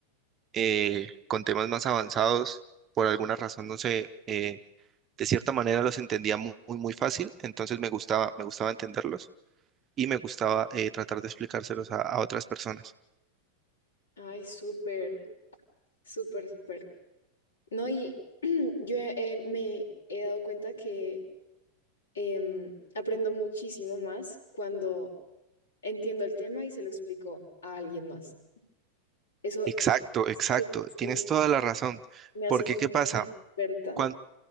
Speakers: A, on the right; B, on the left.
A: eh, con temas más avanzados, por alguna razón, no sé, eh, de cierta manera los entendía mu- muy, muy, fácil, entonces me gustaba, me gustaba entenderlos y me gustaba eh, tratar de explicárselos a, a otras personas.
B: Ay, súper. Súper, súper. No, y <clears throat> yo eh, me he dado cuenta que em, aprendo muchísimo más cuando entiendo el tema y se lo explico a alguien más. Eso
A: Exacto,
B: eh,
A: exacto,
B: sí,
A: tienes
B: sí,
A: toda la razón,
B: me hace
A: porque
B: como
A: ¿qué pasa?
B: una experta,
A: Cuan-